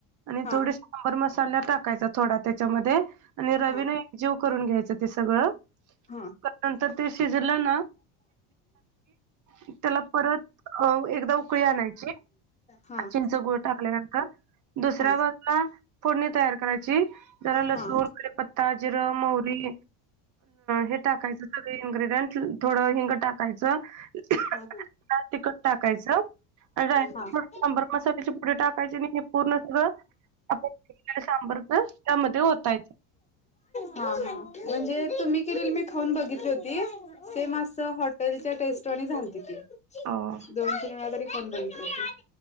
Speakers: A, on the right (about 45°); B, on the left (about 15°).
A: आणि
B: हा
A: थोडी सांबर मसाल्या टाकायचा थोडा त्याच्यामध्ये आणि रवी
B: हा
A: ना एक जीव करून घ्यायचं ते सगळं. नंतर
B: हा
A: ते शिजलं ना त्याला परत अ एकदा उकळी आणायची
B: हा
A: चिंच गुळ टाकल्यानंतर. दुसऱ्या
B: हा
A: बाजला फोडणी तयार करायची. ज लसून
B: हा
A: कडीपता जिरं मोहरी हे टाकायचं ग इन्र्रीडयंट थोड हिंगटा टाकायच लाल
B: हा
A: तिखट टाकायचं आणि
B: हा
A: शंभर मसाल्याची पुढ टाकायची नाही हे पूर्ण सगळं आपण सांबर तर त्यामध्ये होतायच
B: म्हणजे तुम्ही केले मी खाऊन बघितली होती सेम असं हॉटेलच्या टेस्टवा आणि झालती ती
A: हा
B: दोन तीन वेळा तरी फोन बघितली होती